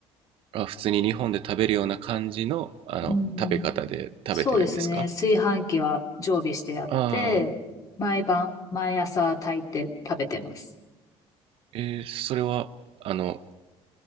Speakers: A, on the right; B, on the left.
A: あ、普通に日本で食べるような感じの、あの、
B: うん、
A: 食べ方で食べてるんですか
B: そうですね。炊飯器は常備してあって、
A: ああ、
B: 毎晩、毎朝炊いて食べてます。
A: えーそれは、あの、